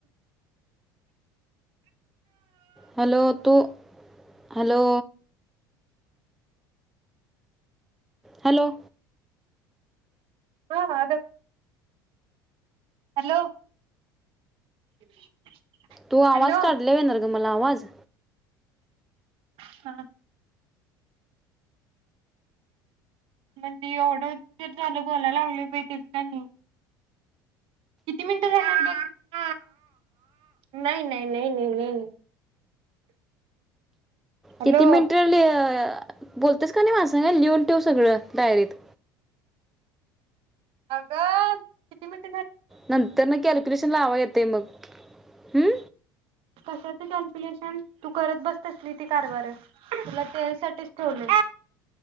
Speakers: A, in the centre; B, on the right.
A: हॅलो तू हॅलो हॅलो.
B: हा <unintelligible> हॅलो. <inaudible>
A: तू आवाज
B: हॅलो
A: काढल्यावर येणार ग मला आवाज.
B: हा. म्हणजे एवढं उशीर झालं बोलायला लागलं त्याच काय नाही. किती मिनिटं झालीत बघ. नाही नाही नाही नाही नाही नाही हॅलो
A: किती मिनट झालीय बोलतेस का नाही माझ्या संग लिहून ठेव सगळं डायरीत.
B: अग किती मिनट
A: नंतर न कॅल्क्युलेशन लावा येत ते मग हम्म.
B: कशाच कॅल्क्युलेशन तू करत बसत तसली ती कारभार तुला त्यासाठीच ठेवलय.